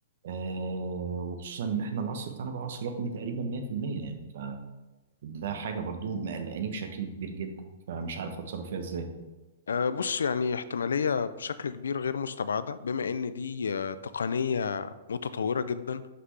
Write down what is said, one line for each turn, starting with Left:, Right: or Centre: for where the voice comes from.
Right: آه، وخصوصا ان احنا العصر بتاعنا بقى عصر رقمي تقريبا 100% يعني فده حاجه برضو مقلقاني بشكل كبير جدا فمش عارف اتصرف فيها ازاي
Left: آه، بص يعني احتمالية بشكل كبير غير مستبعدة بما ان دي آه، تقنية متطورة جدا